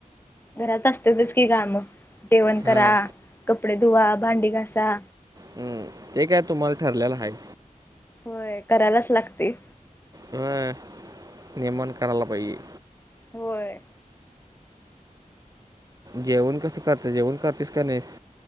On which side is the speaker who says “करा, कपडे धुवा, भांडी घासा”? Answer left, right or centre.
Left